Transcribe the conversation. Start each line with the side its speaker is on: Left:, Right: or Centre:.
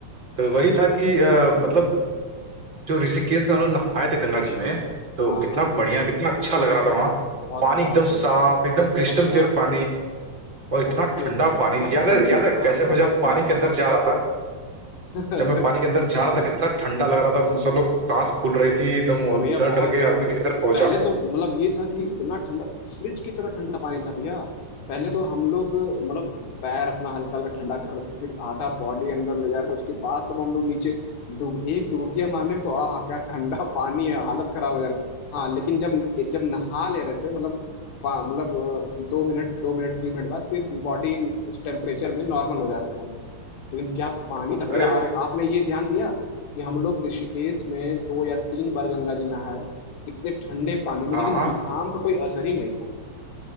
Right: तो वही था कि अ, मतलब जो ऋषिकेश में हम लोग नहाए थे गंगा जी में तो
Left: हाँ
Right: कितना
Left: हाँ भैया
Right: बढ़िया कितना अच्छा लग रहा था वहाँ
Left: बहुत
Right: पानी
Left: बहुत
Right: एकदम
Left: भैया
Right: साफ एकदम
Left: बहुत
Right: क्रिस्टल
Left: साफ
Right: क्लियर पानी और इतना
Left: बहुत
Right: ठंडा
Left: ही
Right: पानी
Left: ना
Right: याद
Left: ठंडा
Right: है याद है
Left: हाँ
Right: कैसे मैं
Left: बहुत
Right: जब
Left: ठंडा
Right: पानी के अंदर
Left: पानी
Right: जा रहा था
Left: था
Right: जब मैं पानी
Left: <laughs>
Right: के अंदर जा रहा था कितना ठंडा लग रहा था सब लोग सांस फूल रही थी एकदम
Left: तो भैया
Right: डर
Left: बहुत
Right: डर के
Left: बहुत
Right: आदमी किसी तरह पहुंचा
Left: पहले तो मतलब ये था कि इतना ठंडा फ्रिज की तरह ठंडा पानी था भैया पहले तो हम लोग मतलब पैर अपना हल्का हल्का ठंडा कर रहे थे फिर आधा बॉडी अंदर ले जा रहे थे उसके बाद तब हम लोग नीचे डूब एक डुबकिया मारने में तो आह क्या ठंडा पानी है हालत खराब हो जा रही थी हाँ लेकिन जब जब नहा ले रहे थे मतलब पा- मतलब अ, दो मिनट दो मिनट तीन मिनट बाद फिर बॉडी उस टेम्परेचर में नॉर्मल हो जा रहे थे हम लोग लेकिन क्या पानी था भैया
Right: अरे
Left: और आपने ये ध्यान दिया कि हम लोग ऋषिकेश में दो या तीन बार गंगा जी नहाए इतने ठंडे पानी में
Right: हाँ
Left: लेकिन
Right: हाँ
Left: जुकाम का कोई असर ही नहीं था